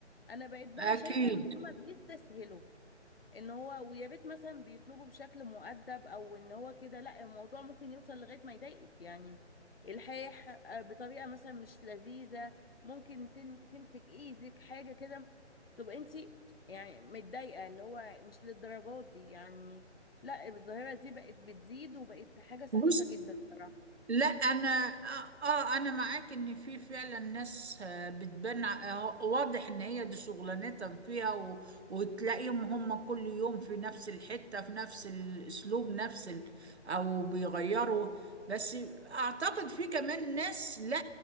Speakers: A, on the left (about 55°); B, on the right (about 65°).
A: انا بقيت بقى
B: اكيد
A: شايفه ان هما بيستسهلوا ان هو ويا ريت مثلا بيطلبوا بشكل مؤدب او ان هو كده لا الموضوع ممكن يوصل لغايه ما يضايقك يعني الحاح آه، بطريقه مثلا مش لذيذه ممكن تن- تمسك ايدك حاجه كده تبقى انت يعني متضايقه اللي هو مش للدرجه دي يعني لا الظاهره دي بقت بتزيد وبقت حاجه سخيفه
B: بص
A: جدا صراحه
B: لا انا اه آه، انا معاك ان في فعلا ناس آه، بتبان آه، واضح ان هي دي شغلانتها فيها و... وتلاقيهم هم كل يوم في نفس الحتة في نفس الاسلوب نفس ال... او بيغيروا بس اعتقد في كمان ناس لا